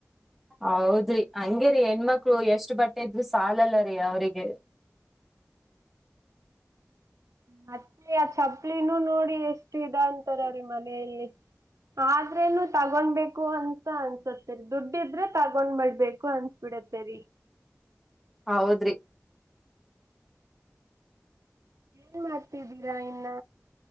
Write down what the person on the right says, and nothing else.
ಮತ್ತೆ ಆ ಚಪ್ಲಿನೂ ನೋಡಿ ಎಷ್ಟು ಇದ ಅಂತಾರೆರೀ ಮನೆಯಲ್ಲಿ. ಆದ್ರೇನು ತಗೊಂಬೇಕು ಅಂತ ಅನ್ಸತ್ತೆರಿ ದುಡ್ಡ ಇದ್ರೆ ತಗೊಂಡ ಬಿಡ್ಬೇಕು ಅನ್ಸ್ ಬಿಡತ್ತೇರಿ.
ಏನ್ ಮಾಡ್ತಿದ್ದೀರಾ ಇನ್ನ